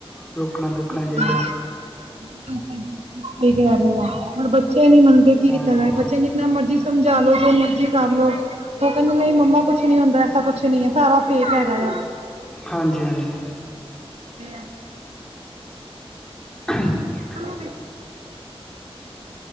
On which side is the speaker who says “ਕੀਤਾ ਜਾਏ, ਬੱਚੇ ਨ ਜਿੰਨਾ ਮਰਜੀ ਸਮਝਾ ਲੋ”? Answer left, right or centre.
Right